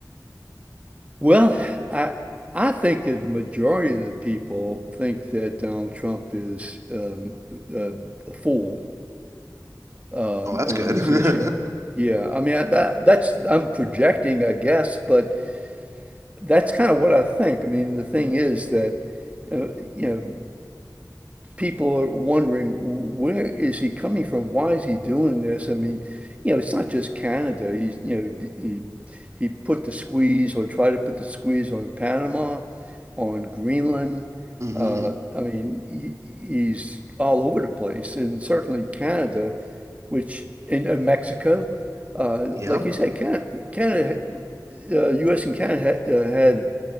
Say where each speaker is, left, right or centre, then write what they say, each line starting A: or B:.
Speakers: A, on the right; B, on the right.
A: Well, I I think that the majority of the people think that Donald Trump is um, uh, a fool. uh,
B: Oh, that's
A: on
B: good.
A: this
B: <laughs>
A: issue. Yeah, I mean I, that that's I'm projecting, I guess, but that's kind of what I think. I mean, the thing is that uh, you know people are wondering where is he coming from? Why is he doing this? I mean, you know, it's not just Canada. He's you know d- he he put the squeeze or tried to put the squeeze on Panama, on Greenland.
B: hmm
A: Uh, I mean, he, he's all over the place, and certainly Canada which in, uh Mexico, uh,
B: Yep.
A: like you said, Canada, Canada, uh, U.S. and Canada had, uh, had